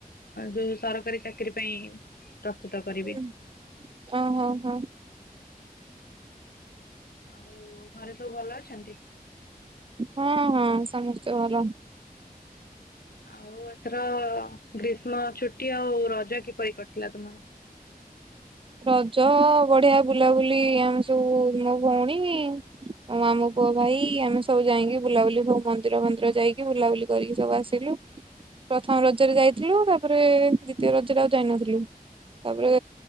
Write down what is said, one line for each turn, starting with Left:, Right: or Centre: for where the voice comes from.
Left: ଯୋଉ ସରକାରୀ ଚାକିରିୀ ପାଇଁ ପ୍ରସ୍ତୁତ କରିବି।
Right: ହୁଁ। ଓହୋ ହୋ
Left: ଆଉ ଘରେ ସବୁ ଭଲ ଅଛନ୍ତି?
Right: ହଁ ହଁ ସମସ୍ତେ ଭଲ।
Left: ଆଉ ଏଥର ଗ୍ରୀଷ୍ମ ଛୁଟି ଆଉ ରଜ କିପରି କଟିଲା ତୁମର?
Right: ରଜ ବଢ଼ିଆ ବୁଲାବୁଲି ଆମେ ସବୁ ମୋ ଭଉଣୀ ଆଉ ଆମ ପୁଅ ଭାଇ ଆମେ ସବୁ ଯାଇକି ବୁଲାବୁଲି ସବୁ ମନ୍ଦିର ମନ୍ଦିର ଯାଇକି ବୁଲାବୁଲି କରିକି ସବୁ ଆସ ସିଲୁ। ପ୍ରଥମ ରଜରେ ଯାଇଥିଲୁ ତାପରେ ଦ୍ଵିତୀୟ ରଜରେ ଆଉ ଯାଇନଥିଲୁ ତାପରେ